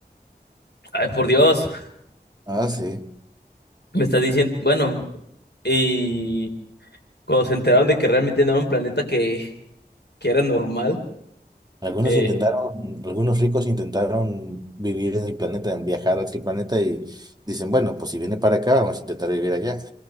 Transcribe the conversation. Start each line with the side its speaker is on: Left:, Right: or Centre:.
Left: Ay, por Dios.
Right: Ah, sí.
Left: Me estás diciendo. Bueno, y cuando se enteraron de que realmente no era un planeta que, que era normal,
Right: Algunos
Left: eh,
Right: intentaron, algunos ricos intentaron vivir en el planeta, en viajar a aquel planeta y dicen, bueno, pues si viene para acá, vamos a intentar vivir allá.